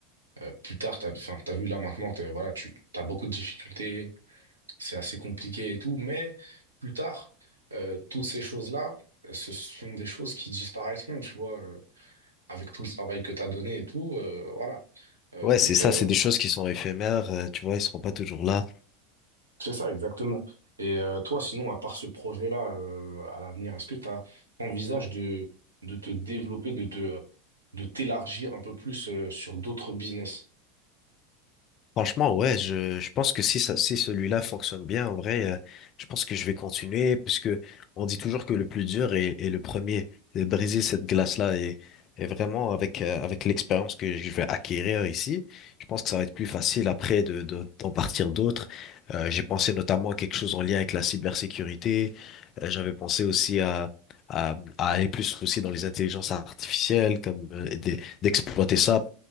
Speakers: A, on the right; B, on the left.
A: euh, plus tard, t'as, enfin, t'as vu là maintenant, t'es- voilà, tu as beaucoup de difficultés, c'est assez compliqué et tout, mais plus tard, euh, toutes ces choses-là, euh, ce sont des choses qui disparaîtront, tu vois, euh, avec tout le travail que tu as donné et tout, euh, voilà. Euh,
B: Ouais,
A: donc,
B: c'est ça,
A: euh,
B: c'est des choses qui sont éphémères, euh, tu vois, ils seront pas toujours là.
A: c'est ça, exactement. Et euh, toi, sinon, à part ce projet-là, euh, à l'avenir, est-ce que tu envisages de, de te développer, de te, de t'élargir un peu plus euh, sur d'autres business?
B: Franchement, ouais, je, je pense que si ça, si celui-là fonctionne bien, en vrai, euh, je pense que je vais continuer parce que on dit toujours que le plus dur est, est le premier. Et briser cette glace-là et, et vraiment avec, euh, avec l'expérience que je vais acquérir ici, je pense que ça va être plus facile après de, de- d'en partir d'autres. Euh, j'ai pensé notamment à quelque chose en lien avec la cybersécurité. Euh, j'avais pensé aussi à, à, à aller plus aussi dans les intelligences artificielles, comme euh, d'e- d'exploiter ça